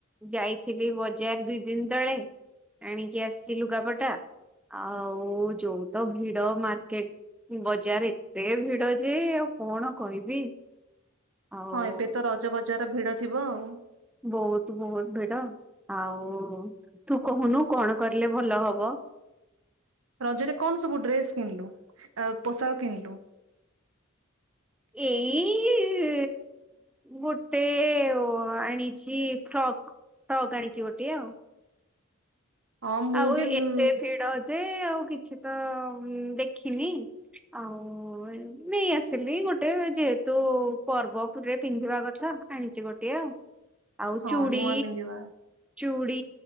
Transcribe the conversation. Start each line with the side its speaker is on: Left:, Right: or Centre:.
Centre: ଯାଇଥିଲି ବଜାର ଦୁଇ ଦିନ ତଳେ ଆଣିକି ଆସି ଲୁଗାପଟା ଆଉ ଯୋଉ ତ ଭିଡ ମାର୍କେଟ ବଜାର ଏତେ ଭିଡ ଯେ ଆଉ କଣ କହିବି। ଆଉ
Right: ହଁ ଏବେ ତ ରଜ ବଜାର ଭିଡ ଥିବ ଆଉ
Centre: ବହୁତ ବହୁତ ଭିଡ ଆଉ ତୁ କହୁନୁ କଣ କରିଲେ ଭଲ ହବ।
Right: ରଜରେ କଣ ସବୁ ଡ୍ରେସ୍ କିଣିଲୁ ପୋଷାକ କିଣିଲୁ?
Centre: ଏଇ ଗୋଟେ ଆଣିଛି ଫ୍ରକ୍ ଫ୍ରକ୍ ଆଣିଛି ଗୋଟେ ଆଉ
Right: ହଁ ମୁଁ
Centre: ଆଉ
Right: ବି
Centre: ଏତେ
Right: ଉଁ,
Centre: ଭିଡ ଯେ ଆଉ କିଛି ତ ଦେଖିନି ଆଉ ନେଇ ଆସିଲି ଗୋଟେ ଯେହେତୁ ପର୍ବପରେ ପିନ୍ଧିବା କଥା ଆଣିଛି ଗୋଟିଏ ଆଉ ଆଉ
Right: ହଁ
Centre: ଚୁଡ଼ି
Right: ନୂଆ ପିନ୍ଧିବା
Centre: ଚୁ ଵି